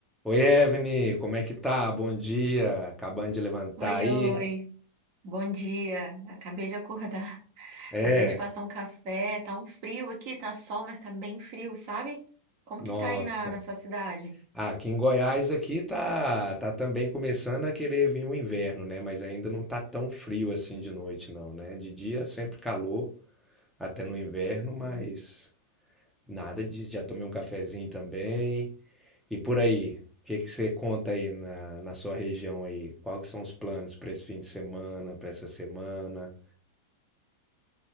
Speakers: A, in the centre; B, on the right (about 45°).
A: Oi, Evne, como é que tá? Bom dia. Acabando de levantar
B: Oi,
A: aí?
B: oi. Bom dia. Acabei de acordar. <laughs>
A: É,
B: Acabei de passar um café. Tá um frio aqui, tá sol, mas tá bem frio, sabe? Como
A: nossa.
B: que tá aí na, na sua cidade?
A: Ah, aqui em Goiás aqui tá tá também começando a querer vir o inverno, né? Mas ainda não tá tão frio assim de noite não, né? De dia sempre calor, até no inverno, mas
B: Hum.
A: nada disso. Já tomei um cafezinho também. E por aí, o que que você conta aí na, na sua região aí? Qual que são os planos para esse fim de semana, para essa semana?